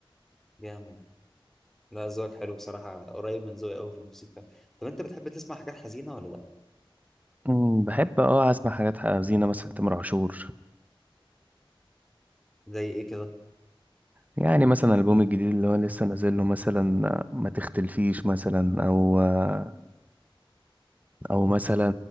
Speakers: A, in the centre; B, on the right.
A: جامد لا ذوقك حلو بصراحة قريب من ذوقي قوي في الموسيقى طب انت بتحب تسمع حاجات حزينة ولا لا
B: أمم، بحب اه اسمع حاجات حزينه مثلا تامر عاشور
A: زي ايه كده
B: يعني مثلا الالبوم الجديد اللي هو لسه نازل له مثلا آه، ما تختلفيش مثلا او آه، او مثلا